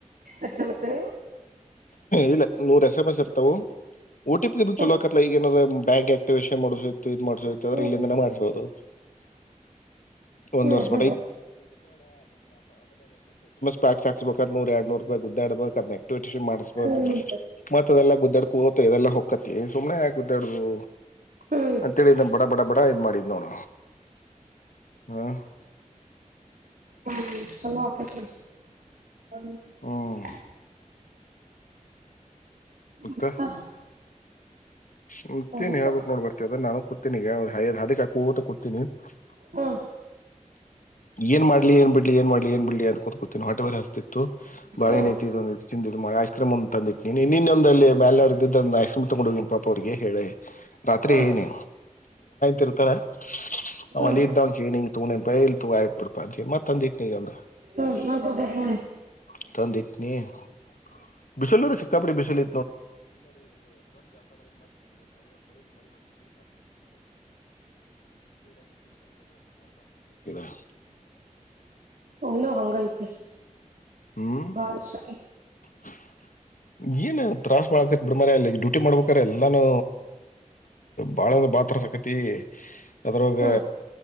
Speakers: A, on the right (about 85°); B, on the left (about 75°).
A: ಎಸ್ ಎಂ ಎಸ್ ನೀವು
B: ಇಲ್ಲ. ನೂರ್ ಎಸ್ ಎಂಎಸ್ ಇರ್ತಾವು ಒ ಟಿ ಪಿ ಇದು
A: ಹ್ಮ
B: ಚಲೋಕತ್ತಲ್ಲ ಈಗೇನಾದ್ ಬ್ಯಾಂಕ್ ಆಕ್ಟಿವೇಷನ್ ಮಾಡ <unintelligible> <unintelligible>
A: ಹ್ಮ್
B: ಇಲ್ಲಿಂದನ ಮಾಡಿರ್ಬೋದು ಒಂದ್
A: ಹ್ಮ್
B: ವರ್ <unintelligible>
A: ಹ್ಮ್
B: ಪ್ಯಾಕ್ ಹಕ್ಬೇಕ ಅ ನೂರ ಎರಡ್ ನೂರ್ ರೂಪಾಯಿ ಗುದ್ದಾಡಬೇಕಕ್ ಅ <unintelligible> ಎಕ್ಟಿವಿಟೇಷ ಮಾಡ್ಬೇಕಕ್
A: ಹ್ಮ್
B: ಮತ್ದೆಲ್ಲ ಗುದ್ದಾಡ್ಕ ಹ ಇದೆಲ್ಲಾ ಹೊಕ್ಕತ್ತಿ ಸುಮನೆ ಯಾಕ ಗದಾಡ್ದು.
A: ಹ್ಮ್ ಹ್ಮ್
B: ಅಂತ್ ತಿಳಿ ಬಡ ಬಡ ಬಡ ಇದ್ ಮಾಡಿದ್ ನೋಡ ಹ್ಮ <unintelligible>
A: ಹ್ಮ ಚಲೋ <unintelligible> <unintelligible>
B: ಹ್ಮ್ ಮತ್ತೆ
A: ಮತ್ತ
B: <unintelligible>
A: ಸವಕ ಹಾ
B: ಏನ್ ಮಾಡ್ಲಿ ಏನ್ ಬಿಟ್ <unintelligible> <unintelligible>
A: ಹ್ಮ್
B: ಅವ್ರಿಗೆ ಹೇಳೆ <unintelligible> ರಾತ್ರಿ
A: ಹ್ಮ್
B: ಏನಿ <unintelligible> <unintelligible>
A: ಹ್ಮ್
B: <unintelligible>
A: ಹ್ಮ್ ಹ್ಮ್ ಹ್ಮ್ ಹ್ಮ್
B: <unintelligible> ಸಿಕ್ಕಾಪಟ್ಟೆ ಬಿಸಿಲು <unintelligible> <unintelligible>
A: ಇಲ್ಲೂ ಹಂಗೈತಿ
B: ಹ್ಮ್
A: ಬಾಳ ಶಕೆ
B: <unintelligible> ಡ್ಯೂಟಿ ಮಾಡ್ಬೇಕ್ರ ಎಲ್ಲಾನು ಬಾಳನ <unintelligible> ಬಾತ್ರ ಸಕತಿ ಅದ್ರಾಗ
A: ಹ್ಮ್